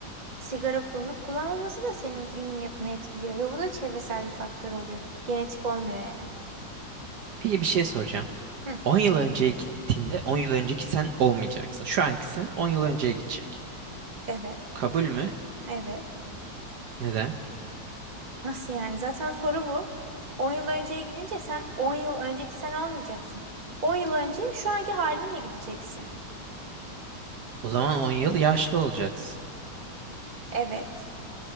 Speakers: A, on the right (about 25°); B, on the right (about 65°).
A: sigara kullanıp kullanmaması da senin zihin yapını etkiliyor ve bu da çevresel bir faktör oluyor. Genetik olmuyor yani.
B: Peki bir şey soracağım.
A: Hı,
B: 10 yıl önceye gittiğinde 10 yıl önceki sen olmayacaksın. Şu anki sen 10 yıl önceye gidecek.
A: evet.
B: Kabul mü?
A: Evet.
B: Neden?
A: Nasıl yani? Zaten soru bu. on yıl önceye gidince sen 10 yıl önceki sen olmayacaksın. on yıl önce şu anki halinle gideceksin.
B: O zaman on yıl yaşlı olacaksın.
A: Evet.